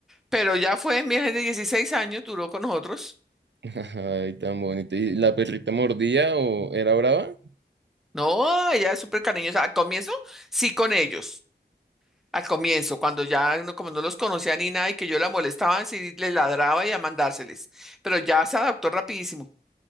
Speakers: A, in the centre; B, on the right (about 80°).
A: Pero ya fue, mi hija de 16 años duró con nosotros.
B: <laughs> Ay, tan bonita. ¿Y la perrita mordía o era brava?
A: No, ella es súper cariñosa. Al comienzo, sí con ellos. Al comienzo, cuando ya no, como no los conocía ni nada y que yo la molestaba, sí les ladraba y a mandárseles. Pero ya se adaptó rapidísimo.